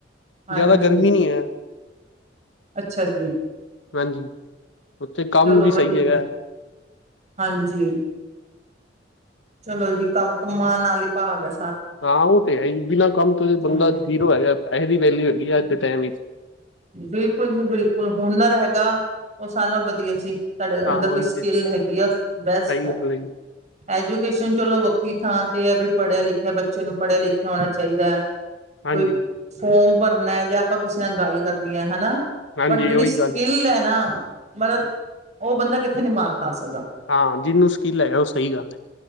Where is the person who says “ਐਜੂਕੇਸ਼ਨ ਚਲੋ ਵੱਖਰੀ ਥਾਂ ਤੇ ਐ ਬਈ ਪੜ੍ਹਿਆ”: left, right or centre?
Right